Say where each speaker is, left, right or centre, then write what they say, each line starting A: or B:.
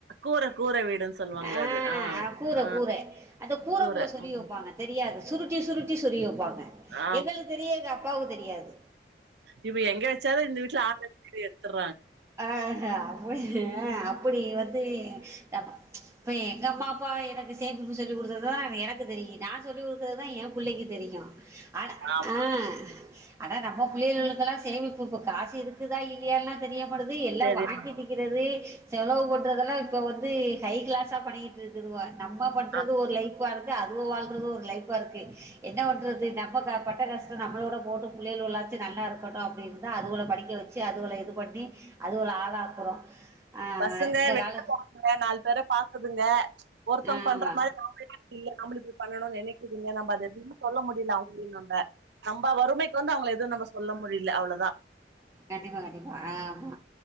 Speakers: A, on the right; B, on the right.
A: கூர கூர வீடுன்னு சொல்லுவாங்கள
B: ஆஹ்
A: அது ஆ
B: கூர
A: ஆ
B: கூர அந்த கூரைக்குள்ள
A: கூர
B: சொருவி
A: ம்
B: வைப்பாங்க தெரியாது சுருட்டி சுருட்டி சொருவி வைப்பா
A: ஆ
B: எங்களுக்கு தெரியது அ போக தெரியாது
A: இப்ப எங்க வச்சாலு இந்த வீட்ல ஆ <inaudible>
B: அ ஆஹ அப்டி அ அப்டி வந்து நம் பா எங்க அம்மா அப்பா எனக்கு சேமிப்பு சொல்லி கொடுத்தது தா எனக்கு தெரியு நா சொல்லி குடுக்குறது தா எ பு புள்ளைக்கு தெரியு அட
A: ஆமா.
B: ஆஹ அட நம்ம புள்ளைகளுக்கல்லா சேமிப்பு இப்ப காசு இருக்குதா இல்லையல்லா தெரிய ன்ன பண்றது எல்லா
A: தெரியும்.
B: வாங்கி திங்க்கிறது செலவு பண்றதெல்லா இப்போ வந்து ஹைக்ளாஸா பண்ணிக்கிட்டு இருக்குதுவா நம்ப பண்றது
A: ஆ சரி
B: ஒரு லைஃப்பா இருக் அதுங்க வாழ்றது ஒரு லைஃப் பார்க்கு என்ன பண்றது நம்ம ந பட்ட கஷ்ட நம்மளோட போட்ட புள்ளைலாது நல்லா இருக்கட்டு அப்டின் தா அதுவோல படிக்க வச்சு அதுவோல இது பண்ணி அதுகள ஆளாக்குறோ ஆ
A: பசங்க
B: இந்த
A: வெள
B: கால
A: போகுதுங்க நால் பேர பாக்குதுங்க ஒருத்தங்க
B: ஆமா
A: பண்ற மாரி <unintelligible> நம்பளுக்கு பண்ணணுன் நெனைக்குதுங்க நம்ப அத திருப் சொல்ல முடில அவுங்களனு நம்பா வறுமைக்கு வந்து அவுங்கள எதுவு நம்ப சொல்ல முடில அவ்ளதா
B: கண்டிப்பா கண்டிப்பா ஆ ஆமா